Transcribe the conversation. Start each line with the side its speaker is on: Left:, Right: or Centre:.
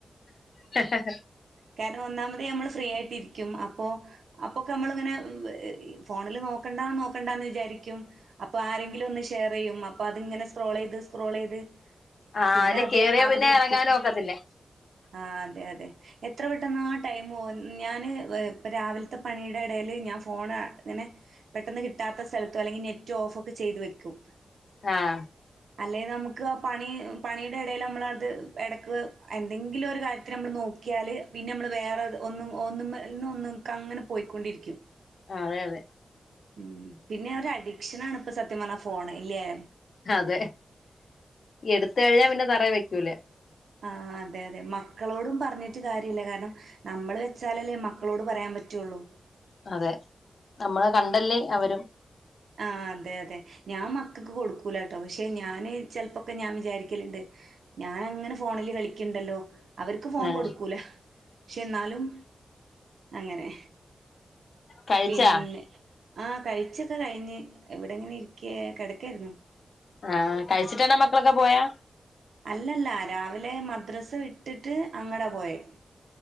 Left: ഹഹഹ
Right: കാരണം ഒന്നാമത് നമ്മൾ ഫ്രീ ആയിട്ടിരിക്കും അപ്പൊ. അപ്പൊക്കെ നമ്മളിങ്ങനെ ഫോണില് നോക്കണ്ടാ നോക്കണ്ടാന്ന് വിചാരിക്ക്യും. അപ്പൊ ആരെങ്കിലും ഒന്ന് ഷെയർ ചെയ്യും അപ്പൊ അത്ങ്ങനെ സ്ക്രോളെ യ്ത് സ്ക്രോളെയ്ത്.
Left: ആ
Right: പിന്നെ
Left: അതില്
Right: അതെ
Left: കേറിയാ
Right: അവ്ടെ
Left: പിന്നെ
Right: ഇരിക്ക്യും
Left: എറങ്ങാനും ഒക്കത്തില്ല
Right: ആഹ് അതെ അതെ. എത്ര പെട്ടെന്നാ ടൈമ് പോവാ ഞാന് ഇപ്പ രാവിൽത്തെ പണിടെ എടേല് ഞാൻ ഫോണ് ങ്ങനെ. പെട്ടെന്ന് കിട്ടാത്ത സ്ഥലത്തോ അല്ലെങ്കിൽ നെറ്റ് ഓഫ് ഒക്കെ ചെയ്ത് വെക്കും.
Left: ആഹ്.
Right: അല്ലെ നമുക്ക് ആ പണി പണിടെ എടേല് നമ്മളത് എടക്ക് എന്തെങ്കിലും ഒരു കാര്യത്തിന് നമ്മള് നോക് ക്കിയാല് പിന്നെ അമ്മള് വേറെ ഒന്നും ഒന്നുമ്മന്നൊ ന്ന് ക്കങ്ങനെ പോയിക്കൊണ്ടിര് ക്കും.
Left: അതെ അതെ.
Right: ഉം പിന്നെ ഒരഡിക്ഷനാണ് ഇപ്പ സത്യം പറഞ്ഞാല് ഫോണ് ഇല്ല്യേ?
Left: അതെ എടുത്ത് കഴിഞ്ഞാ പിന്നെ തറേ വെക്കൂല.
Right: ആഹ അതെ അതെ മക്കളോടും പറഞ്ഞിട്ട് കാര്യല്ല കാരണം. നമ്മള് വെച്ചാലല്ലേ മക്കളോട് പറയാൻ പറ്റുള്ളൂ.
Left: അതെ നമ്മളെ കണ്ടല്ലേ അവരും.
Right: ആഹ അതെ അതെ. ഞാൻ മക്കക്ക് കൊടുക്കൂല ട്ടോ പക്ഷെ ഞാന് ചെൽപ്പൊക്കെ ഞാൻ വിചാരിക്കല്ണ്ട്. ഞാൻ അങ്ങനെ ഫോണില് കളിക്ക്ണ്ടല്ലോ. അവർക്ക് ഫോൺ
Left: ആ
Right: കൊട്ക്കൂല പക്ഷെ എന്നാലും അങ്ങനെ.
Left: കഴിച്ചാ
Right: പിന്നെ ആഹ് കയിച്ചൊക്കെ കഴിഞ്ഞ് ഇവ് ടെങ്ങനെ ഇര് ക്ക്യേ കെട്ക്കേ ര്ന്നു.
Left: ആഹ് കഴിച്ചിട്ടാണോ മക്കളൊക്കെ പോയാ?
Right: അല്ലല്ല രാവിലെ മദ്രസ് വിട്ടിട്ട് അങ്ങടെ പോയി.